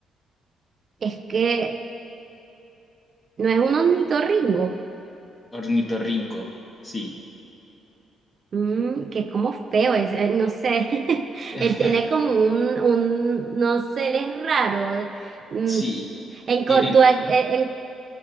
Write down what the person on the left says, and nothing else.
Ornitorrinco, sí.
<laughs>
Sí,
tiene,